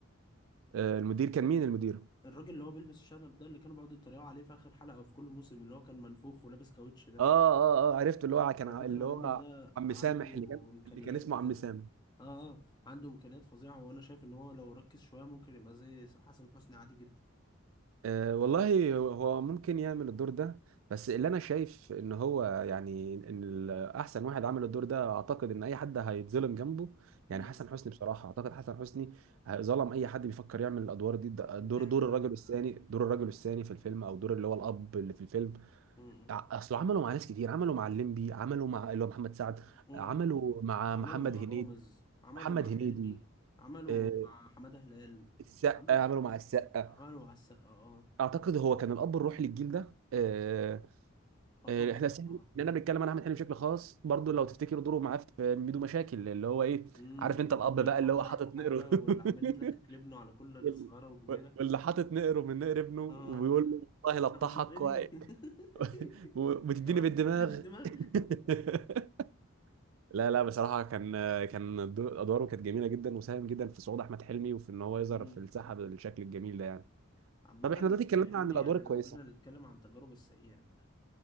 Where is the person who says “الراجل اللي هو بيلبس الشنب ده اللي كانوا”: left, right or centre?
Left